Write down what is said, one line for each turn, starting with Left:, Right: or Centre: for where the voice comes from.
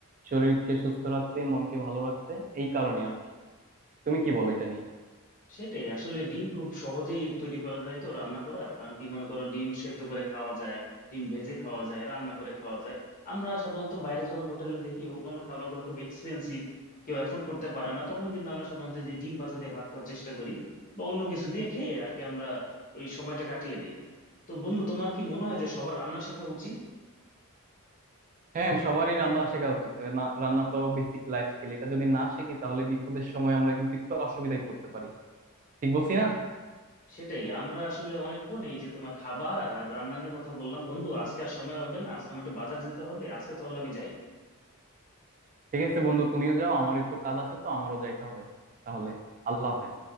Right: শরীরকে সুস্থ রাখতে মনকে ভালো রাখতে এই কারণে আর কি তুমি কি বলো এটা নিয়ে
Left: সেটাই আসলে ডিম খুব সহজেই তৈরি করা যায় তো রান্না করা কারণ কি মনে করো ডিম সেদ্ধ করে খাওয়া যায় ডিম ভেজে খাওয়া যায় রান্না করে খাওয়া যায় আমরা সাধারণত বাইরে যখন হোটেলে দেখি অন্যান্য খাবারগুলো খুব এক্সপেন্সিভ কেউ অ্যাফোর্ড করতে পারে না তখন কিন্তু আমরা সাধারণত এই যে ডিম ভাজা দিয়ে ভাত খাওয়ার চেষ্টা করি বা অন্য কিছু দিয়ে খেয়ে আর কি আমরা ওই সময়টা কাটিয়ে দিই তো বন্ধু তোমার কি মনে হয় যে সবার রান্না শেখা উচিত
Right: হ্যাঁ সবারই রান্না শেখা উচিত এ না- রান্না তো বেসিক লাইফ স্কিল এটা যদি না শিখি তাহলে বিপদের সময় আমরা কিন্তু একটু অসুবিধায় পড়তে পারি ঠিক বলছি না
Left: সেটাই আমরা আসলে অনেকক্ষণ এই যে তোমার খাবার আর রান্না নিয়ে কথা বললাম বন্ধু আজকে আর সময় হবে না আজকে আমার একটু বাজার যেতে হবে আজকে তাহলে আমি যাই
Right: ঠিক আছে বন্ধু তুমিও যাও আমার একটু কাজ আছে তো আমারও যাইতে হবে তাহলে আল্লাহ হাফেজ